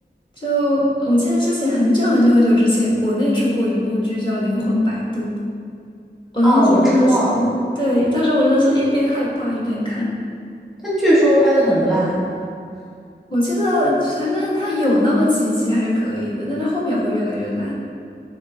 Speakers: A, on the left (about 25°); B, in the centre.
A: 就我记得之前很久很久很久之前，国内出过一部剧叫《灵魂摆渡》，我当时真的是，
B: 啊，我知道，
A: 对，当时我真的是一边害怕一边看。
B: 但据说拍的很烂，
A: 我记得反正它有那么几集还是可以的，但是后面会越来越烂。